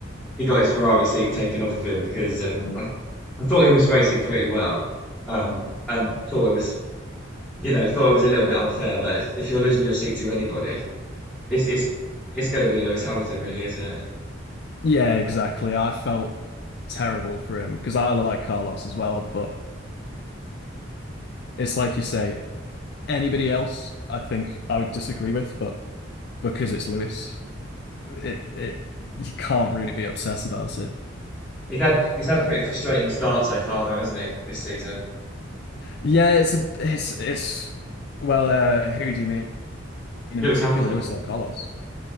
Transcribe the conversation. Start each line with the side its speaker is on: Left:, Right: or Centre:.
Centre: he got his Ferrari seat taken off of him because um, I, I thought he was racing pretty well, um, and thought it was you know thought it was a little bit unfair. But if, if you're losing your seat to anybody, it's it's it's going to be Lewis Hamilton, really, isn't it?
Left: Yeah, exactly. I felt terrible for him because I like Carlos as well, but it's like you say, anybody else I think I would disagree with, but because it's Lewis, it it you can't really be obsessed about it.
Centre: He's had he's had a pretty frustrating start so far, though, hasn't he, this season?
Left: Yeah, it's a, it's it's well, uh, who do you mean in
Centre: Lewis
Left: particular,
Centre: Hamilton.
Left: Lewis or Carlos?